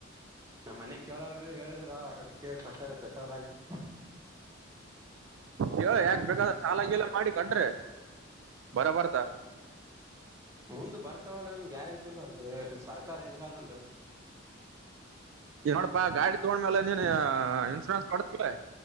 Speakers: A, on the right (about 15°); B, on the right (about 80°).
A: ನಮ್ ಮನೆ ಕೇಳಲ್ರಿ ಹೇಳಿದ್ರ ಅದಕ್ಕೆ ಕಟ್ಟ ಕಟ್ಟಲ ಆ
B: ಹೇಳ ಯಾಕ್ ಬೇಕಾದ ಸಾಲ ಗಿಲಾ ಮಾಡಿ ಕಟ್ರೆ ಬರ ಬರ್ತ.
A: ಮುಂದ್ ಬರ್ತವಲ್ಲ ಏನ್ ಗ್ಯಾರಂಟಿ ಇಲ್ಲ ಅಲ್ರರಿ ಸರ್ಕಾರ ಹೆಂಗದನ್ರಿ.
B: ಈಗ್ ನಡಪ್ಪಾ ಗಾಡಿ ತಗೊಂಡ್ಮೇಲೆ ನೀನ್ ಇನ್ಸೂರೆನ್ಸ್ ಕಟ್ಟಿತಿಲ್ಲ.